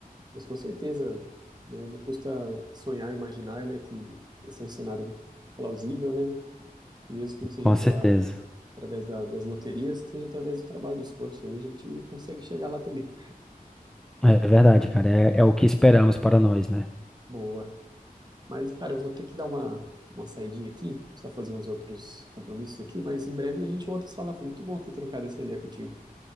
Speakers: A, on the right; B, in the centre.
A: Mas com certeza, né, não custa sonhar, imaginar, né, que esse é um cenário plausível, né? e Mesmo que não seja
B: Com
A: pela
B: certeza.
A: através da- das loterias, que seja através do trabalho, do esforço, aí a gente consegue chegar lá também.
B: É verdade, cara. É, é o que esperamos para nós, né?
A: Boa. Mas, cara, eu vou ter que dar uma uma saidinha aqui, precisar fazer uns outros compromissos aqui, mas em breve a gente volta a se falar. Foi muito bom ter trocado essa ideia contigo.